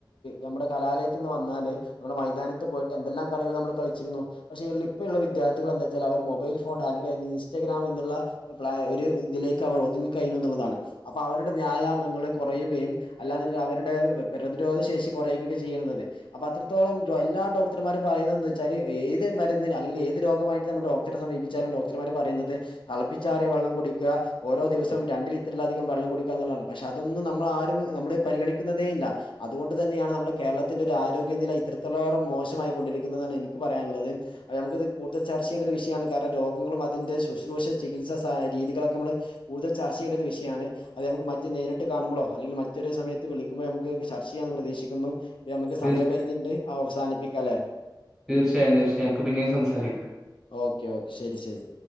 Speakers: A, on the left; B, in the centre.
A: നമ്മുടെ കലാലയത്തിൽ നിന്ന് വന്ന ല് നമ്മുടെ മൈതാനത്ത് പോയിട്ട് എന്തെല്ലാം കളികള് നമ്മൾ കളിച്ചിരുന്നു പക്ഷേ ളിപ്പൊള്ള വിദ്യാർത്ഥികൾ എന്താ വെച്ചാ അവര് മോ മൊബൈൽ ഫോൺ അല്ലെങ്കിൽ ഇൻസ്റ്റഗ്രാം എന്നുള്ള ഒരു ഇതിലേക്ക് അവർ ഒതുങ്ങി കഴിഞ്ഞു എന്നുള്ളതാണ് അപ്പോ അവ വ്യായാമങ്ങൾ കുറയുകയും അല്ലാന്നുണ്ടെങ്കിൽ അവരുടെ പ്രതിരോധ ശേഷി കുറയുക ഒക്കെ ചെയ്യണത് ഒക്കെ അപ്പ അത്രത്തോളം എല്ലാ ഡോക്ടർമാരും പറയുന്നത് എന്ത് വെച്ചാല് ഏത് മരുന്നിന് അല്ലെങ്കില് ഏത് രോഗമായിട്ട് നമ്മു സമീപിച്ചാലും ഡോക്ടർമാര് പറയുന്നത് തെളപ്പിച്ചാറിയ വെള്ളം കുടിക്കുക ഓരോ ദിവസവും രണ്ട് ലിറ്ററിലധികം വെള്ളം കുടിക്കന്നുള്ളതാണ് പശേ അതൊന്നും നമ്മൾ ആരും നമ്മള് പരിഗണിക്കുന്നതേ ഇല്ല അതുകൊണ്ട് തന്നെയാണ് നമ്മുടെ കേരളത്തിന്റെ രാ ആരോഗ്യനില ഇത്തിരത്തോളം മോശമായി കൊണ്ടിരിക്കുന്നതാണ് എനിക്ക് പറയാനുള്ളത് അവോ നമുക്കിത് കൂടുതൽ ചർച്ച ചെയ്യണ്ട ഒരു വിഷ ആണ് കാരണം രോഗങ്ങളും അതിന്റെ ശുശ്രൂഷ ചികിത്സാസാ രീതികളൊക്കെ നമ്മള് കൂടുതൽ ചർച്ച ചെയ്യേണ്ട ഒരു വിഷയാണ് അത് നമുക്ക് മറ്റു നേരിട്ട് കാണുമ്പോളോ അല്ലെങ്കിൽ മറ്റൊരു സമയത്ത് വിളിക്കുമ്പോഴോ നമുക്ക് ചർച്ച ചെയ്യാന്ന് പ്രതീക്ഷിക്കുന്നു നമുക്ക്
B: തീർ-
A: സമയപരിധി ഉണ്ട് അവസാനിപ്പിക്കാം അല്ലേ
B: തീർച്ചയായും തീർച്ചയായും നമ്മുക്ക് പിന്നീട് സംസാരിക്കാം
A: ക്കെ ഓക്കെ ശരി ശരി